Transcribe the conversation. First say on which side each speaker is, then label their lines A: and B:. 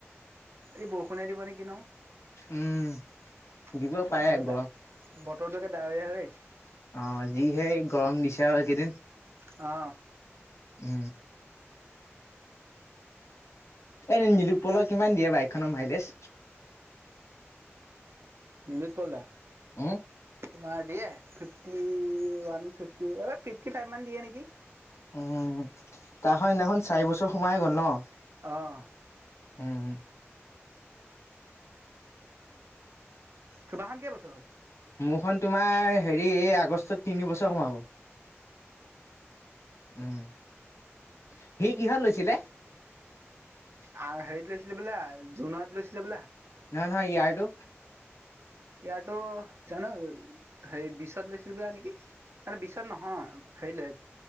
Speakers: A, on the right; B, on the left.
A: এই বৰষুণে দিব নেকি ন?
B: উম।
A: বতৰ
B: দিব পাৰে
A: বতৰটো
B: গৰম
A: ডাৱীয়া হৈ আহিছে।
B: অ যিহে গৰম দিছে আৰু একেইদিন।
A: অ।
B: উ এ নিলুতপলৰ কিমান দিয়ে বাইকখনৰ মাইলেজ?
A: নিলোৎপল দা?
B: উম
A: তোমাৰ দিয়ে ফিফটি ওৱান, ফিফটি ফাইভ মান দিয়ে নেকি?
B: উম তাৰখন হেইদিনাখন চাৰি বছৰ সোমাই গ'ল ন?
A: আহ।
B: উম
A: তোমাখন কেই বছৰ হল?
B: মোৰখন তোমাৰ হেৰি এই আগষ্টত তিনি বছৰ সোমাব। উম, সি কিহত লৈছিলে?
A: আ হেৰিত লৈছিলে বোলে জোনত লৈছিলে বোলে।
B: নহয় নহয় ইয়াৰটো।
A: ইয়াৰতো জানো হেৰি বিচত লৈছিলো বা নেকি? মানে বিশচত নহয় হেৰি ল